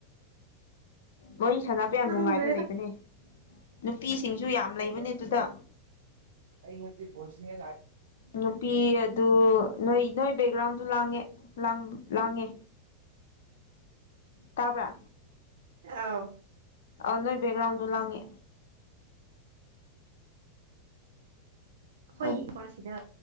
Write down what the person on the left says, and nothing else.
ꯋꯥꯔꯤ ꯁꯥꯟꯅꯕ ꯌꯥꯝ ꯅꯨꯡꯉꯥꯏꯕ
ꯂꯩꯕꯅꯦ ꯅꯨꯄꯤꯁꯤꯡꯁꯨ ꯌꯥꯝ ꯂꯩꯕꯅꯦ
ꯑꯗꯨꯗ
ꯅꯨꯄꯤ ꯑꯗꯨ ꯅꯣꯏ ꯅꯣꯏ ꯕꯦꯛꯒ꯭ꯔꯥꯎꯟꯗ ꯂꯥꯡꯉꯦ ꯂꯥꯡꯉꯦ ꯇꯥꯕ꯭ꯔꯥ
ꯑ ꯅꯣꯏ ꯕꯦꯛꯒ꯭ꯔꯥꯎꯟꯗ ꯂꯥꯡꯉꯦ
ꯑꯣ